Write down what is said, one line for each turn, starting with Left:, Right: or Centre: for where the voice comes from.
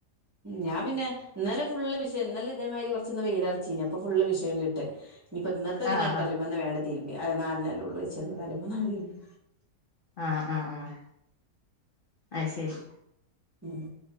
Right: ഞാൻ പിന്നെ ഇന്നലെ ഫുള്ള് മിഷിൻ ഇന്നലെ ഇതേമാതിരി കുറച്ചൊന്ന് വെയിലറച്ചീനി അപ്പൊ ഫുള്ള് മിഷിനിലിട്ട് ഇഞ്പ്പോ ഇന്നത്തെ പിന്നട്
Left: ആഹ് ആഹ്
Right: കല്ലുമന്ന് വേണ്ട് തിരുമ്പേ അത് നാലണല്ലേ ഒള്ളൂ ച്ചാണ്ട് കല്ലുമന്നങ്ങട്ട് തിരുമ്പി
Left: ആഹ് ആഹ് ആഹ് അയ്ശരി
Right: ഉം